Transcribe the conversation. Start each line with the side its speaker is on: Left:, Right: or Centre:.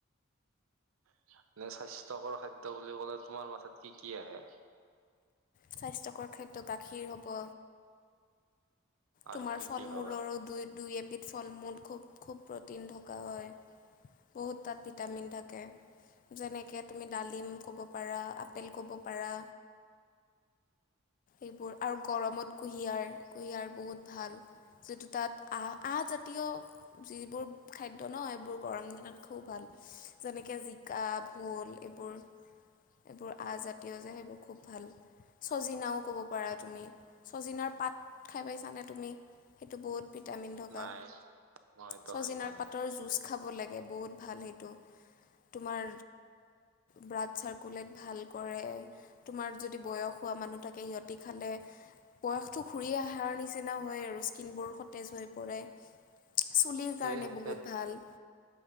Right: <unintelligible> যে স্বাস্থ্যকৰ খাদ্য বুলি ক'লে, তোমাৰ মাথাত কি কি আহে?
Left: স্বাস্থ্যকৰ খাদ্য গাখীৰ হ'ব।
Right: আৰু
Left: তোমাৰ
Right: কি
Left: ফল
Right: কি ভাবা
Left: মূলৰো দুই দুই এবিধ ফল মূল খুব খুব প্ৰ'টিন থকা হয় বহুত তাত ভিটামিন থাকে যেনেকৈ তুমি ডালিম ক'ব পাৰা আপেল ক'ব পাৰা এইবোৰ আৰু গৰমত কুঁহিয়াৰ কুঁহিয়াৰ বহুত ভাল যিটো তাত আ আহজাতীয় যিবোৰ খাদ্য ন এইবোৰ গৰম দিনত খুব ভাল যেনেকে জিকা ভোল এইবোৰ এইবোৰ আজাতীয় যে সেইবোৰ খুব ভাল চজিনাও ক'ব পাৰা তুমি ছজিনাৰ পাত খাই পাইছানে তুমি সেইটো বহুত ভিটামিন থকা
Right: নাই মই সেইটো
Left: ছজিনাৰ
Right: খাই পোৱা নাই
Left: পাতৰ জুচ খাব লাগে বহুত ভাল সেইটো তোমাৰ ব্লাড চাৰ্কুলেট ভাল কৰে তোমাৰ যদি বয়স হোৱা মানুহ সিহঁতি খালে বয়সটো ঘূৰি অহাৰ নিচিনা হয় আৰু স্কিনবোৰ সতেজ হৈ পৰে, চুলিৰ
Right: সেই
Left: কাৰণে বহুত
Right: সে
Left: ভাল